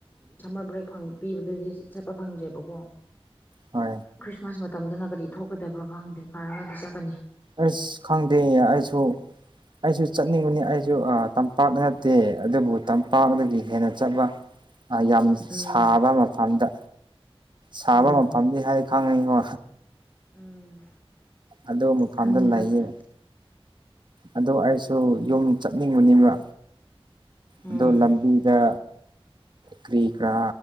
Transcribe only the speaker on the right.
ꯍ
ꯑꯩꯁ ꯈꯪꯗꯦ ꯑꯩꯁꯨ ꯑꯩꯁꯨ ꯆꯠꯅꯤꯡꯕꯅꯤ ꯑꯩꯁꯨ ꯇꯝꯄꯥꯛꯇ ꯅꯠꯇꯦ ꯑꯗꯨꯕꯨ ꯇꯝꯄꯥꯛꯗꯒꯤ ꯍꯦꯟꯅ ꯆꯠꯄ <unintelligible> ꯌꯥꯝ
ꯁꯥꯕ ꯃꯐꯝꯗ ꯁꯥꯕ
ꯃꯐꯝꯗꯤ ꯍꯥꯏ ꯈꯪꯉꯤꯀꯣ
ꯑꯗꯨꯗ ꯑꯃꯛ ꯐꯥꯟꯗ
ꯂꯩꯌꯦ
ꯑꯗꯣ ꯑꯩꯁꯨ ꯌꯨꯝ ꯆꯠꯅꯤꯡꯕꯅꯦꯕ
ꯑꯗꯣ ꯂꯝꯕꯤꯗ ꯀꯔꯤ ꯀꯔꯥ